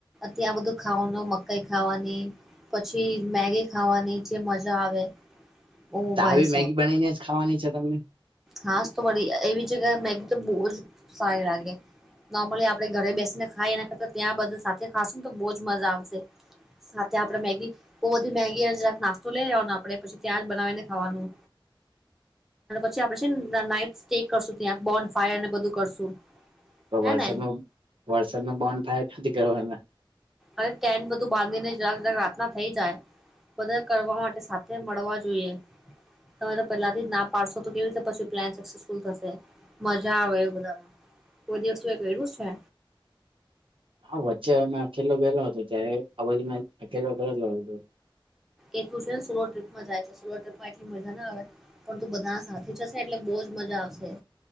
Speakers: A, in the centre; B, on the right.
A: ત્યાં બધું ખાવાનું, મકાઈ ખાવાની, પછી મેગી ખાવાની જે મજા આવે ઓ
B: ત
A: ભાઈ
B: આવી મેગી બનાવી ને જ ખાવાની છે તમને
A: હા તો એવી જગા એ મેગ તો બવજ સરી લાગે. નોર્મલી આપે ઘરે બેસીને ખાય એના કરતા ત્યાં બધા સાથે ખશું ને તો બહુ જ મજા આવશે. સાથે આપણેે મેગી બહુ બધી મેગી જક નાસ્તો લઈ લેવાને આપડે પછી ત્યાં જ બનાવીને ખાવાનું. આપણેે નાઈટ સ્ટે કરશું ત્યાં, બોન ફાયર ને બધું કરશું,
B: તો
A: હે
B: વરસાદ
A: ને.
B: ન વરસાદ ન બોન્ડ થાય નથી કરો એને
A: અનેરે ટેન્ટ બધું બાંધીને જકક રાતના થઈ જાય મદદ કરવા માટે સાથે મળવા જોઈએ. તમે તો પહેલાથી જ ના પાડશો, તો કેવી રીતે પછી પ્લાન સક્સેસફુલ થશે? મજા આવે એ બધામાં, કોઈ દિવસુ કર્યું છે?
B: હા વચ્ચે અમે અલો ગયેલો હતો ત્યારે અજ મેં અકેલો ગયેલો હતો.
A: એતો છે ને સોલો ટ્રીપમાં જાય છે સોલો ટ્રીપમાં એટલી મજા ના આવે પણ તું બધા સાથે જશે એટલે બહુજ મજા આવશે.